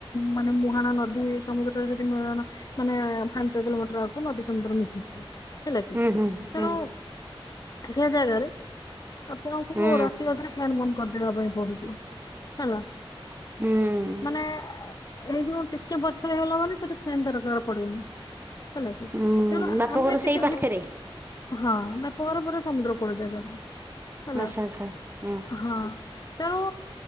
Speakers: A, on the left; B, on the right.
A: ମାନେ ମୁହାଣ ନଦୀ ସମୁଦ୍ରରେ ସେଠି ମିଳନ ମାନେ ପାଞ୍ଚ କିଲୋମିଟର ଆଗକୁ ନଦୀ ସମୁ୍ଦ ଦ୍ର ମିଶିଛି। ହେଲା କି
B: ହୁଁ ହୁଁ
A: ତେଣୁ
B: ହୁଁ
A: ସେ ଜାଗାରେ ଆପଣଙ୍କୁ
B: ହୁଁ
A: ରାତି ଅଧରେ ଫ୍ୟାନ ବନ୍ଦ କରିଦବା ପାଇଁ ପଡୁଚି। ହେଲା।
B: ହୁଁ।
A: ମାନେ ଏଇ ଯୋଉ ଟିକେ ବର୍ଷା ହେଇଗଲା ମାନେ ସେଠି ଫ୍ୟାନ ଦରକାର୍ ପଡୁନି। ହେଲା କି
B: ହୁଁ
A: ତେଣୁ
B: ବାପଘର
A: ଆମେ
B: ସେଇ
A: ଟିକେ
B: ପାଖରେ।
A: ହଁ ପହରେ ପହରେ ସମୁଦ୍ର କୂଳ ଜାଗାରେ ହେଲା
B: ଆଚ୍ଛା ଆଚ୍ଛା ହୁଁ
A: ହଁ। ତେଣୁ